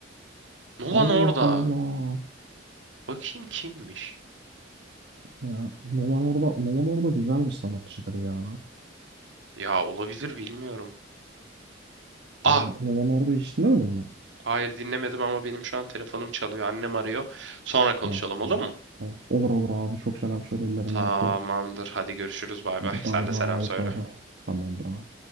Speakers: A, on the right; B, on the right.
A: Nolan
B: Allah
A: orada.
B: Allah.
A: Bakayım kimmiş?
B: Ya, Nova Norda, Nova Norda güzel bir sanatçıdır ya.
A: Ya olabilir bilmiyorum. Ah
B: Hani Nova Norda hiç dinlemedin mi?
A: hayır dinlemedim ama benim şu an telefonum çalıyor. Annem arıyor. Sonra konuşalım
B: Ha, tamam.
A: olur mu?
B: Tamam. Olur olur abi çok selam söyle ellerinden
A: Tamamdır.
B: öpüyorum.
A: Hadi görüşürüz. Bay
B: Hadi
A: bay. Sen
B: bay
A: de
B: bay
A: selam söyle.
B: bay bay. Tamamdır abi.